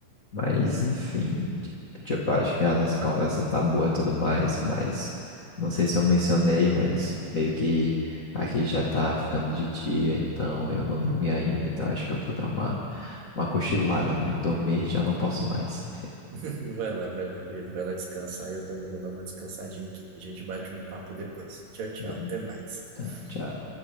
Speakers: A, on the left (about 45°); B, on the right (about 70°).
A: Mas, enfim, ti- tipo, acho que a nossa conversa tá boa e tudo mais, mas não sei se eu mencionei, mas meio que aqui já tá ficando de dia, então eu não dormi ainda, então acho que eu vou dar uma, uma cochilada, né? Dormir já não posso mais.
B: <laughs> Vai lá, vai lá, querido. Vai lá descansar. Eu também vou dar uma descansadinha aqui. A gente bate um papo depois. Tchau, tchau.
A: <laughs>
B: Até mais.
A: Tá, tchau.